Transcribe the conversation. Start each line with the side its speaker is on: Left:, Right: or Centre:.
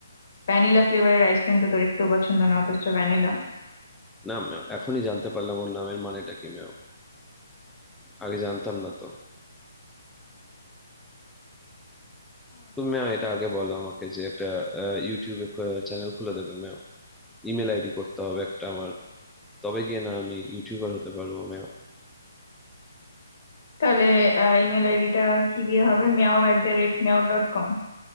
Left: ভ্যানিলা ফ্লেভারের আইসক্রিম তো তোর একটু পছন্দ না অথচ ভ্যানিলা
Centre: না মেও এখনই জানতে পারলাম ওর নামের মানেটা কি মেও আগে জানতাম না তো তুমি মেও এটা আগে বলো আমাকে যে একটা ইউটিউবে চ্যানেল খুলে দেবে মেও ইমেল আইডি করতে হবে একটা আমার তবে গিয়ে না আমি ইউটিউবার হতে পারবো মেও
Left: তাহলে ইমেল আইডিটা কি দিয়ে হবে Meow at the rate meow dot com